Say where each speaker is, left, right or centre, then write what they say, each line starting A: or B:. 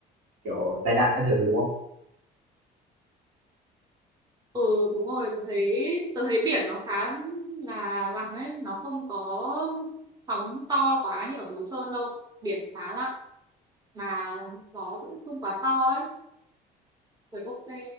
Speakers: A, on the right (about 75°); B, on the right (about 20°).
A: kiểu tai nạn các thứ đúng không?
B: Ừ đúng rồi tôi thấy tôi thấy biển nó khá là lặng đấy nó không có sóng to quá như ở Đồ Sơn đâu biển khá lặng mà gió cũng không quá to ấy rồi ok